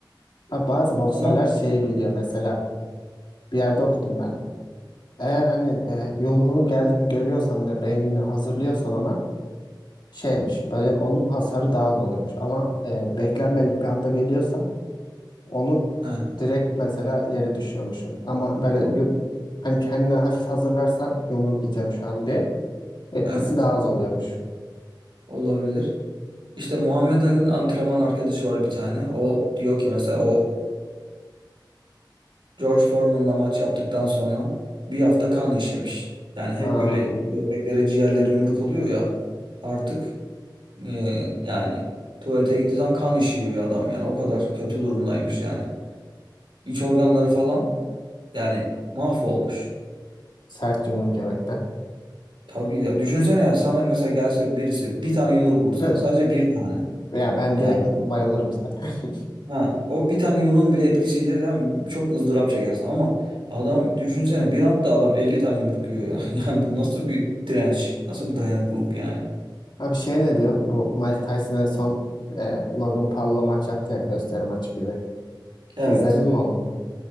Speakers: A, on the left; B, on the right.
A: Ha, Bazı boksörler
B: Ama
A: şeyi biliyor mesela bir yerde okudum ben. Eğer hani e, yumruğun geldiğini görüyorsan ve beynini hazırlıyorsan ona şeymiş böyle onun hasarı daha az oluyormuş ama e, beklenmedik bir anda geliyorsa Onu
B: Ha,
A: direkt mesela yere düşüyormuşum. Ama böyle
B: o-
A: yu- hani kendine hafif hazırlarsan yumruk yiyeceğim şu an
B: Hı.
A: diye etkisi
B: evet
A: daha az oluyormuş.
B: olabilir. İşte Muhammed Ali'nin antrenman arkadaşı var bir tane. O diyor ki mesela o George Foreman'la maç yaptıktan sonra bir hafta kan işemiş. Yani hep
A: Aa,
B: böyle bebeklere ciğerleri yumruk alıyor ya artık e, yani tuvalete gittiği zaman kan işiyor ya adam yani o kadar kötü durumdaymış yani. İç organları falan yani mahvolmuş.
A: sert yumruk yemekten.
B: Tabii ya düşünsene ya sana mesela gelse birisi bir tane yumruk vursa
A: Püh.
B: sadece bir tane.
A: Ya ben
B: Yani
A: direkt bayılırım zaten. <laughs>
B: Ha, o bir tane yumruğun bile etkisiyle değil mi? Çok ızdırap çekersin ama adam düşünsene bir anda adam 50 tane yumruk yiyor ya. <laughs> Yani bu nasıl bir direnç? Nasıl bir dayanıklılık yani?
A: Abi şey ne diyorsun? Bu Mike Tyson en son e, Logan Paul'la maç yaptı ya gösteri maçı gibi.
B: Evet.
A: İzledin mi onu?